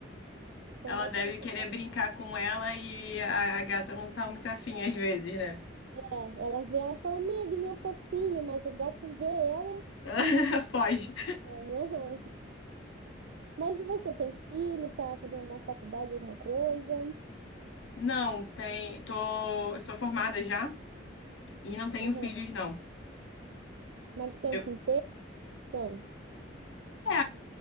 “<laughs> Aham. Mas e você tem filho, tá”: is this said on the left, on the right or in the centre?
Right